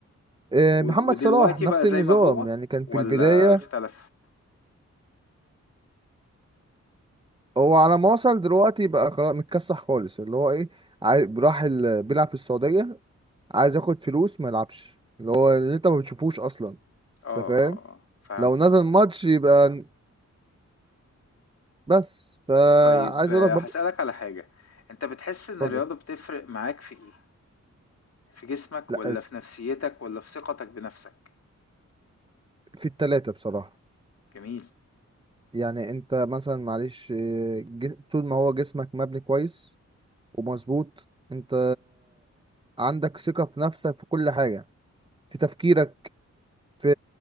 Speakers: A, on the right; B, on the left.
A: آه،
B: ود-
A: محمد
B: ودلوقتي
A: صلاح نفس
B: بقى زي
A: النظام
B: ما هو
A: يعني كان
B: ولا
A: في البدايه
B: اختلف
A: هو على ما وصل دلوقتي بقى خلاص متكسح خالص اللي هو ايه عاي- راح ال- بيلعب في السعوديه عايز ياخد فلوس ما يلعبش اللي هو اللي انت ما بتشوفوش اصلا
B: اه
A: انت فاهم
B: اه اه فهمت
A: لو نزل
B: فهمت
A: ماتش يبقى بس فعايز
B: طيب آه،
A: اقول لك برضه
B: هسألك على حاجة انت بتحس ان
A: اتفضل
B: الرياضة بتفرق معاك في ايه في جسمك
A: لا
B: والّا في نفسيتك والّا في ثقتك بنفسك؟
A: في التلاتة بصراحة
B: جميل،
A: يعني انت مثلا معلش آه، ج- طول ما هو جسمك مبني كويس ومظبوط انت عندك ثقة في نفسك في كل حاجة في تفكيرك في